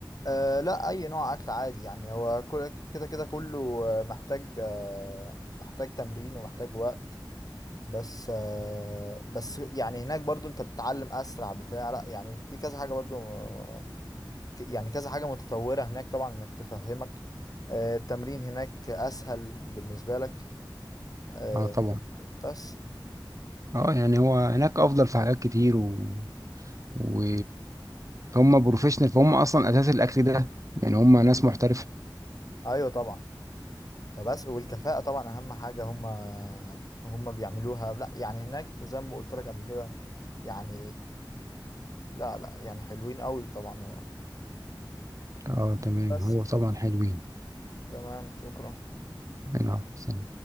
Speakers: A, on the left; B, on the right.
A: آه لا اي نوع اكل عادي يعني هو كل- كده كده كله آه، محتاج آه، محتاج تمرين ومحتاج وقت بس آه، بس يعني هناك برضو انت بتتعلم اسرع بتاع لا يعني في كذا حاجه برضو آه، ك- يعني كذا حاجه متطوره هناك طبعا انك تفهمك آه، التمرين هناك اسهل بالنسبه لك آه،
B: اه طبعا
A: بس
B: اه يعني هو هناك افضل في حاجات كتير و... و... هم بروفيشنال فهم اصلا اساس الاكل ده يعني هم ناس محترفه
A: ايوه طبعا فبس والكفاءه طبعا اهم حاجه هم هم بيعملوها لا يعني هناك زي ما قلت لك قبل كده يعني لا لا يعني حلوين قوي طبعا
B: اه تمام
A: بس
B: هو طبعا حلوين
A: تمام شكرا
B: انا أحسن.